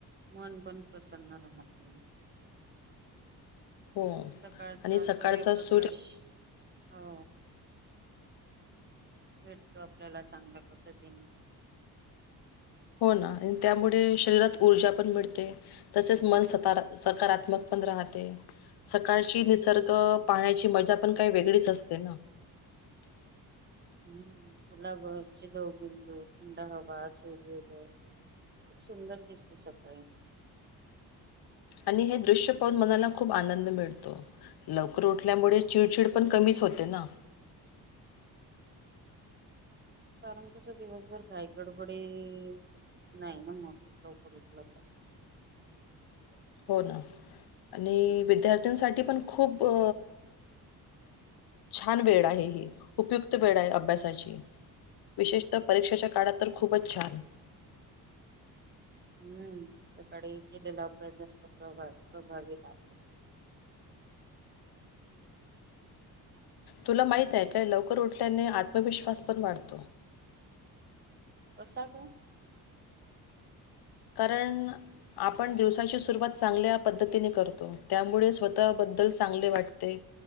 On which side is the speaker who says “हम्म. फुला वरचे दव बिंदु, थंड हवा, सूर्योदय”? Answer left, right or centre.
Right